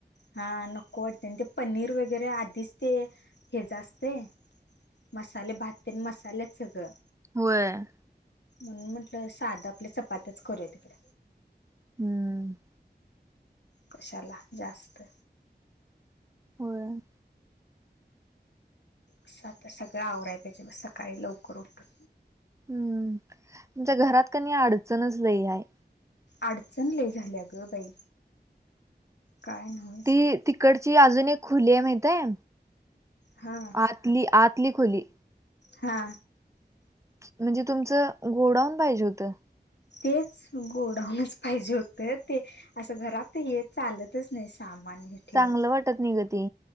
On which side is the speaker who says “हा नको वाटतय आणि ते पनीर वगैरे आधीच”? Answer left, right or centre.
Left